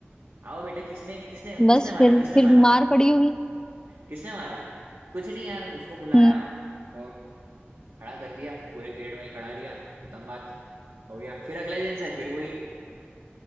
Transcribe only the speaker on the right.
आओ बेटा किसने किसने
किसने
मारा किसने
मारा
किसने मारा कुछ नहीं यार उसको बुलाया
और खड़ा कर दिया पूरे पीरियड में ही खड़ा रिया खत्म बात हो गया फिर अगले दिन से फिर वही